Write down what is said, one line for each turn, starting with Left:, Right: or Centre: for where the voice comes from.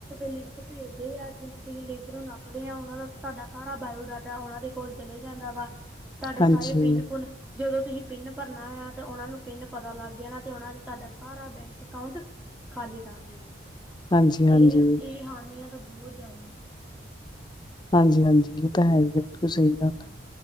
Centre: ਲਿੰਕ ਭੇਜਦੇ ਆ, ਜਿੱਦਾਂ ਤੁਸੀਂ ਲਿੰਕ ਨੂੰ ਨੱਪਦੇ ਆ ਉਹਨਾ ਦਾ ਤੁਹਾਡਾ ਸਾਰਾ ਬਾਇਓਡਾਟਾ ਤਾਂ ਉਹਨਾਂ ਦੇ ਕੋਲ ਚਲੇ ਜਾਂਦਾ ਵਾ ਤੁਹਾਡੇ
Left: ਹਾਂਜੀ,
Centre: ਸਾਰੇ ਪਿੰਨ ਪੁੰਨ ਜਦੋਂ ਤੁਸੀਂ ਪਿੰਨ ਭਰਨਾ ਆ ਤੇ ਉਹਨਾਂ ਨੂੰ ਪਿੰਨ ਪਤਾ ਲੱਗ ਜਾਣਾ ਤੇ ਉਹਨਾਂ ਨੇ ਤੁਹਾਡਾ ਸਾਰਾ ਬੈਂਕ ਅਕਾਊਂਟ। ਖਾਲੀ ਕਰ ਦੇਣਾ
Left: ਹਾਂਜੀ-ਹਾਂਜੀ,
Centre: ਇਹ-ਇਹ ਹਾਨੀਆਂ ਤਾਂ ਬਹੁਤ ਜਿਆਦਾ
Left: ਹਾਂਜੀ, ਹਾਂਜੀ ਇਹ ਤਾਂ ਹੈ ਬਿਲਕੁਲ ਸਹੀ ਗੱਲ।